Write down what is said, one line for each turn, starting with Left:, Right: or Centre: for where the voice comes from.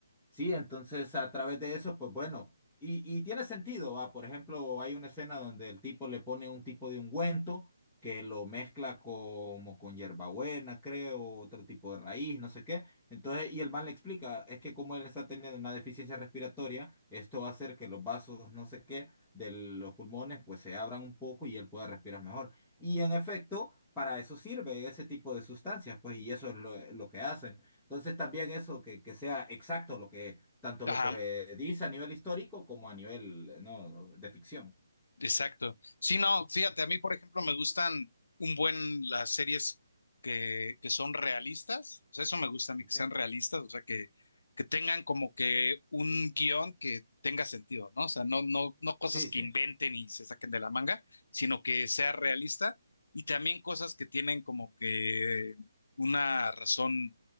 Centre: Sí, entonces a través de eso, pues bueno, y, y tiene sentido, va, por ejemplo, hay una escena donde el tipo le pone un tipo de ungüento que lo mezcla como con hierbabuena, creo, otro tipo de raíz, no sé qué. Entonces, y el man le explica, es que como él está teniendo una deficiencia respiratoria, esto va a hacer que los vasos, no sé qué, de los pulmones, pues se abran un poco y él pueda respirar mejor. Y en efecto, para eso sirve ese tipo de sustancias, pues, y eso es lo, lo que hacen. Entonces también eso, que, que sea exacto lo que, tanto
Left: ajá
Centre: lo que dice a nivel histórico como a nivel, eh, no, de ficción.
Left: Exacto. Sí, no, fíjate, a mí, por ejemplo, me gustan un buen las series que, que son realistas. O sea, eso me gusta a mí,
Centre: ¿Viste?
Left: que sean realistas, o sea, que, que tengan como que un guión que tenga sentido, ¿no? O sea, no, no, no cosas
Centre: Sí,
Left: que
Centre: sí,
Left: inventen y se saquen de la manga, sino que sea realista y también cosas que tienen como que una razón